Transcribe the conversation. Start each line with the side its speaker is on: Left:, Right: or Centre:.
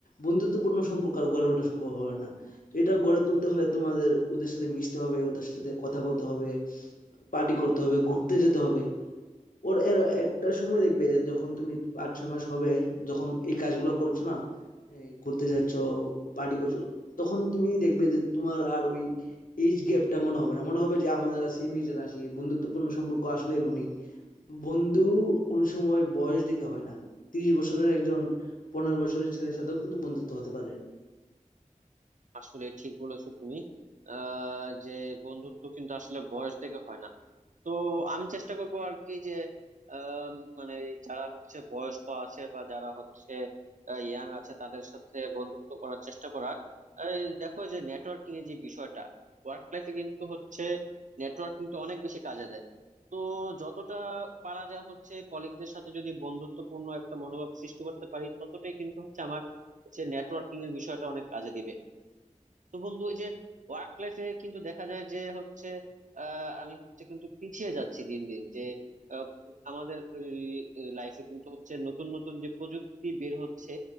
Left: বন্ধুত্বপূর্ণ সম্পর্ক আর গড়ে ওঠা সম্ভব হবে না তো এটা গড়ে তুলতে হলে তোমাদের ওদের সাথে মিশতে হবে ওদের সাথে কথা বলতে হবে পার্টি করতে হবে ঘুরতে যেতে হবে ওর এর একটা সময় দেখবে যখন তুমি পাঁচ ছয় মাস হবে যখন এই কাজগুলো করছো না এই ঘুরতে যাচ্ছ পার্টি করছো তখন তুমি দেখবে যে তোমার আর ওই এইজ গ্যাপটা মনে হবে না মনে হবে যে আমাদের সেম এজের আছি বন্ধুত্বপূর্ণ সম্পর্ক আসলে এমনই বন্ধু কোনো সময় বয়স দেখে হয় না তিরিশ বছরের একজন পনেরো বছরের ছেলের সাথেও কিন্তু বন্ধুত্ব হতে পারে
Right: আসলে ঠিক বলেছো তুমি আহ যে বন্ধুত্ব কিন্তু আসলে বয়স থেকে হয় না তো আমি চেষ্টা করবো আর কি যে আম, মানে যারা হচ্ছে বয়স্ক আছে বা যারা হচ্ছে ইয়াং আছে তাদের সাথে বন্ধুত্ব করার চেষ্টা করার এই দেখো যে নেটওয়ার্কিং এর যে বিষয়টা ওয়ার্ক লাইফে কিন্তু হচ্ছে নেটওয়ার্কিং তো অনেক বেশি কাজে দেয় তো যতটা পারা যায় হচ্ছে কলিগদের সাথে যদি বন্ধুত্বপূর্ণ একটা মনোভাব সৃষ্টি করতে পারি ততটাই কিন্তু হচ্ছে আমার হচ্ছে নেটওয়ার্কিং এর বিষয়টা অনেক কাজে দিবে তো বন্ধু এই যে ওয়ার্ক লাইফে কিন্তু দেখা যায় যে হচ্ছে আহ, আমি হচ্ছে কিন্তু পিছিয়ে যাচ্ছি দিন দিন যে আহ, আমাদের লাইফে কিন্তু হচ্ছে নতুন নতুন যে প্রযুক্তি বের হচ্ছে